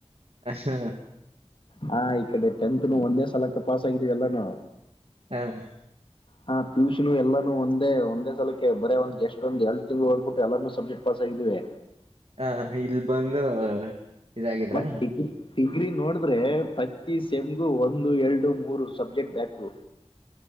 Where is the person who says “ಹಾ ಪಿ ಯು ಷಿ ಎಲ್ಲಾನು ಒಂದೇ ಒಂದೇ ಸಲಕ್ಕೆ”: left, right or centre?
Left